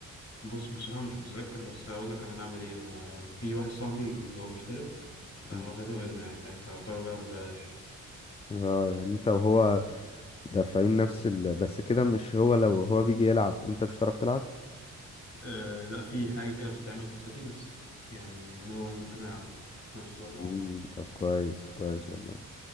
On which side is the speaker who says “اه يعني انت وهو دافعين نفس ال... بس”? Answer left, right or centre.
Left